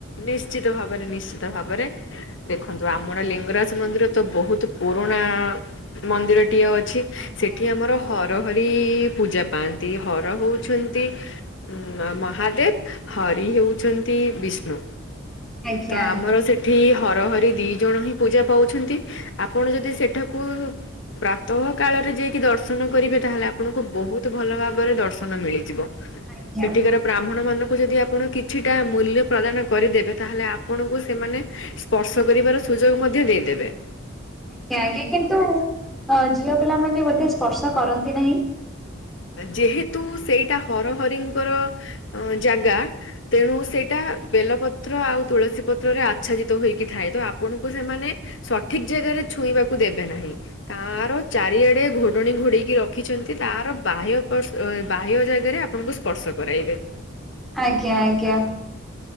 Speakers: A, on the left; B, in the centre.
A: ନିଶ୍ଚିତ ଭାବରେ ନିଶ୍ଚିତ ଭାବରେ। ଦେଖନ୍ତୁ ଆମର ଲିଙ୍ଗରାଜ ମନ୍ଦିର ତ ବହୁତ୍ ପୁରୁଣା ମନ୍ଦିରଟିଏ ଅଛି।
B: ଆଜ୍ଞା
A: ସେଠି ଆମର ହର ହରି ପୂଜା ପାଆନ୍ତି ହର ହଉଚନ୍ତି ଉଁ- ମହାଦେବ୍ ହରି ହେଉଛନ୍ତି ବିଷ୍ଣୁ
B: ଆଜ୍ଞା
A: ତ
B: ଆଜ୍ଞା
A: ଆମର ସେଠ୍ ଠି ହର ହରି ଦି ଜଣ ହିଁ ପୂଜା ପାଉଛନ୍ତି ଆପଣ ଯଦି ସେଠାକୁ ପ୍ରାତଃ କାଳରେ ଯାଇକି ଦର୍ଶନ କରିବେ ତାହେଲେ ଆପଣଙ୍କୁ ବହୁତୂ ଭଲ ଭାବରେ ଦର୍ଶନ ମିଳିଯିବ।
B: ଆଜ୍ଞା
A: ସେଠିକାର ବ୍ରାହ୍ମଣ ମାନଙ୍କୁ ଯଦି ଆପଣ କିଛିଟା ମୂଲ୍ୟ ପ୍ରଦାନ କରିଦେବେ ତାହେଲେ ଆପଣଙ୍କୁ ସେମାନେ ସ୍ପର୍ଶ କରିବାର ସୁଯୋଗ ମଧ୍ୟ ଦେଇଦେବେ।
B: ଆଜ୍ଞା ଆଜ୍ଞା କିନ୍ତୁ ଝିଅ ପିଲାମାନେ ବୋଧେ ସ୍ପର୍ଶ କରନ୍ତି ନାହିଁ।
A: ଯେହେତୁ ସେଇଟା ହର ହରିଙ୍କର ଅଁ- ଜାଗା ତେଣୁ ସେଇଟା ବେଲପତ୍ର ଆଉ ତୁଳସୀ ପତ୍ରରେ ଆଚ୍ଛାଦିତ ହେଇକି ଥାଏ ତ ଆପଣଙ୍କୁ ସେମାନେ ସଠିକ୍ ଜାଗାରେ ଛୁଇଁବାକୁ ଦେବେ ନାହିଁ। ତାର ଚାରିଆଡେ ଘୋଡଣି ଘୋଡେଇକି ରଖିଚନ୍ତି ତାର ବାହ୍ୟ କର୍ଷ୍- ବାହ୍ୟ ଜାଗାରେ ଆପଣଙ୍କୁ ସ୍ପର୍ଶ କରାଇବେ।
B: ଆଜ୍ଞା ଆଜ୍ଞା।